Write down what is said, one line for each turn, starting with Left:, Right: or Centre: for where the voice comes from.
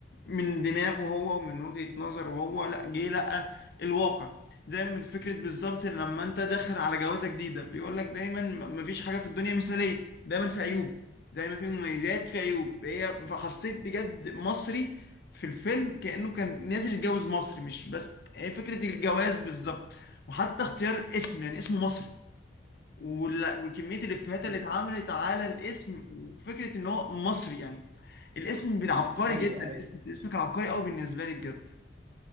Left: من دماغه هو ومن وجهة نظره هو لا جه لقى الواقع زي ما فكرة بالظبط إن لما انت داخل على جوازة جديدة بيقول لك دايما م- مفيش حاجة في الدنيا مثالية دايما في عيوب زي ما في مميزات في عيوب هي فحسيت بجد مصري في الفيلم كأنه كان نازل يتجوز مصري مش بس هي فكرة الجواز بالظبط وحتى اختيار اسم يعني اسمه مصري وال- وكمية الإفيهات اللي
Right: بال-
Left: اتعملت على الاسم وفكرة إن هو مصري يعني الاسم بين عبقري
Right: ايوه
Left: جدا الاسم
Right: ايوه
Left: الاسم كان عبقري قوي بالنسبة لي بجد